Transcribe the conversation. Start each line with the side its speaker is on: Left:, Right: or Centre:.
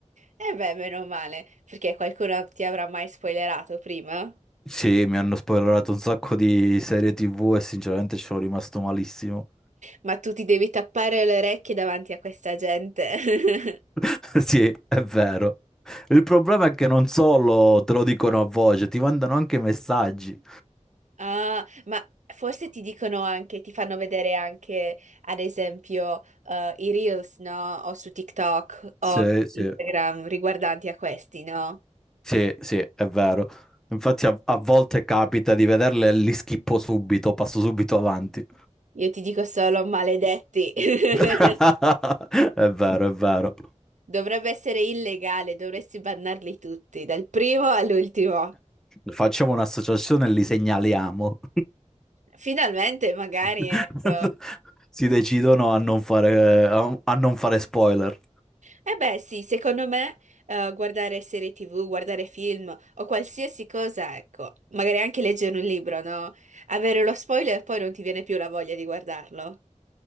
Right: Eh beh, meno male, perché qualcuno ti avrà mai spoilerato prima?
Centre: Sì, mi hanno spoilerato un sacco di serie TV e sinceramente ci sono rimasto malissimo.
Right: Ma tu ti devi tappare le orecchie davanti a questa gente. <laughs>
Centre: <laughs> Sì, è vero. Il problema è che non solo te lo dicono a voce, ti mandano anche messaggi.
Right: Ah, ma forse ti dicono anche, ti fanno vedere anche, ad esempio, eh, i reels, no? O su TikTok o
Centre: Sì,
Right: su
Centre: sì,
Right: Instagram riguardanti a questi, no?
Centre: sì, sì, è vero. Infatti a, a volte capita di vederle e li schippo subito, passo subito avanti.
Right: Io ti dico solo maledetti. <laughs>
Centre: <laughs> È vero, è vero.
Right: Dovrebbe essere illegale, dovresti bannarli tutti, dal primo all'ultimo.
Centre: Facciamo un'associazione e li segnaliamo.
Right: Finalmente, magari,
Centre: <laughs>
Right: ecco.
Centre: Si decidono a non fare, a a non fare spoiler.
Right: Eh beh, sì, secondo me eh, guardare serie TV, guardare film o qualsiasi cosa, ecco, magari anche leggere un libro, no? Avere lo spoiler e poi non ti viene più la voglia di guardarlo.